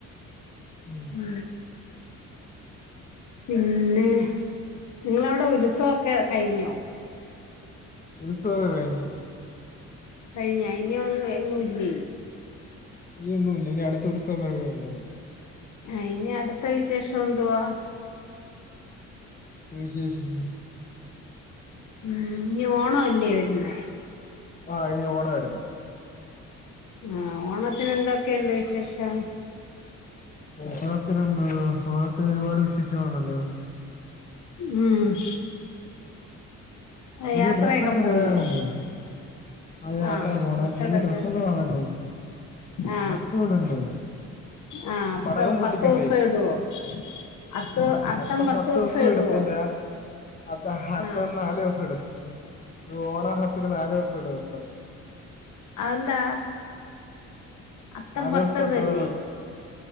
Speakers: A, on the left; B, on the left.
A: ഉം
B: ഉം പിന്നെ നിങ്ങളവിടെ ഉത്സവൊക്കെ കഴിഞ്ഞോ
A: ഉത്സവൊക്കെ കഴിഞ്ഞ്
B: കഴിഞ്ഞോ ഇനി ഒന്നു എങ്ങുല്ലേ
A: ഇനിയൊന്നും ഇല്ല ഇനി അട്ത്ത ഉത്സവം വര്മ്പഴേ ഒള്ളൂനി
B: ആഹ് ഇനി അട്ത്ത വിശേഷം എന്തുവാ?
A: വിശേഷം
B: ഉം ഇനി ഓണം അല്ലേ വര്ന്നേ
A: ആഹ് ഇനി ഓണം അടുത്ത
B: ആഹ് ഓണത്തിന് എന്തൊക്കെയുണ്ട് വിശേഷം?
A: ഓണാത്തിന് എന്തുവാ ഓണാത്തിന് ഒരുപാട് വിശേഷങ്ങളാണല്ലോ
B: ഉം ആ
A: പുതിയ
B: യാത്രയൊക്കെ
A: ഡ്രസ്സൊക്കെ ഇനി
B: പോവോ
A: വാങ്ങണ്ടേ ആഹ് യാത്ര
B: ആ
A: പോണം
B: ഡ്രസ്സെടുക്കും
A: പുതിയ ഡ്രസ്സൊക്കെ വാങ്ങണ്ടേ
B: ആ
A: അത്തം ഇടണ്ടേ
B: ആ അത്തം
A: പടക്കം പൊട്ടിക്കണ്ടേ
B: പത്ത് ദിവസം ഇടുവോ അത്തം
A: അത്തം
B: പത്ത്
A: പത്തു ദിവസം
B: ഇടുവോ
A: ഇടത്തില്ല അത്ത അത്തം
B: ആ
A: നാലു ദിവസം ഇടൂ ആഹ <inaudible> ഒരു ഓണ ഹത്തിന് നാല് ദിവസം ഇടും അത്തം
B: അതെന്താ അത്തം
A: നാല്
B: പത്തെന്നല്ലേ
A: ദിവസത്തെ അത്തം